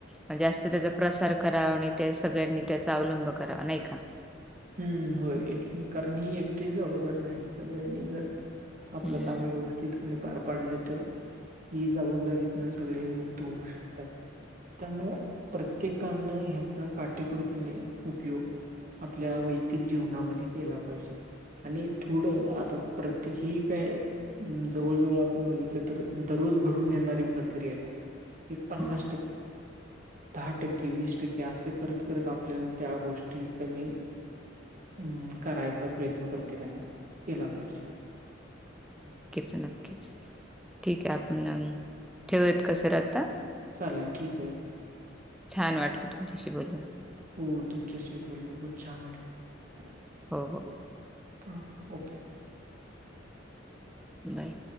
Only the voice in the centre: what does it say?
म्हणजे जास्त त्याचा प्रसार करावा. नाय त सगळ्यांनी त्याचा अवलंब करावा, नाही का.
हम्म
हम्म.
नक्कीच नक्कीच, ठीक ये. आपण अ ठेवूयात का सर आता
छान वाटल तुमच्याशी बोलून.
हो हो.
बाय.